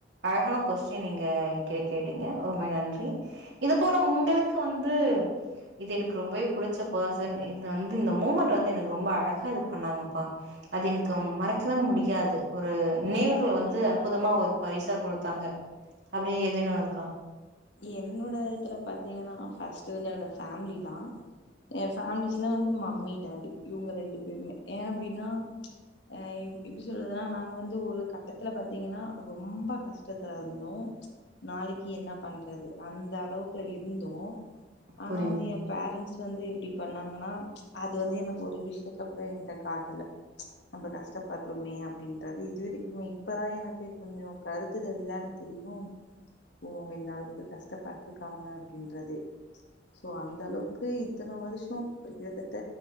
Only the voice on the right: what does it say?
அழகான கொஸ்டின் நீங்க எகிட்ட கேட்டீங்க ரொம்ப நன்றி இது போல உங்களுக்கு வந்து இது எனக்கு ரொம்பவே புடிச்ச பர்ஷன் இது வந்து இந்த மூமெண்ட் வந்து எனக்கு ரொம்ப அழகா பண்ணாங்கப்பா அது எனக்கு மறக்கவே முடியாது ஒரு நினைவுகள் வந்து அற்புதமா ஒரு பரிசா குடுத்தாங்க அப்டி எதுனு இருக்கா
புரியுது